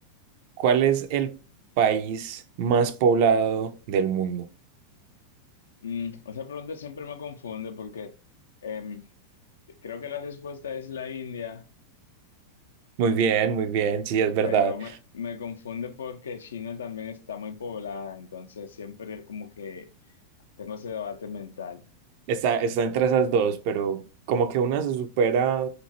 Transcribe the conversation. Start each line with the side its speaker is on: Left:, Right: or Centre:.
Right: ¿Cuál es el país más poblado del mundo?
Left: Mm, esa pregunta siempre me confunde porque em, creo que la respuesta es la India,
Right: Muy bien, muy bien, sí, es verdad.
Left: pero me, me confunde porque China también está muy poblada, entonces siempre como que tengo ese debate mental.
Right: Está, está entre esas dos, pero como que una se supera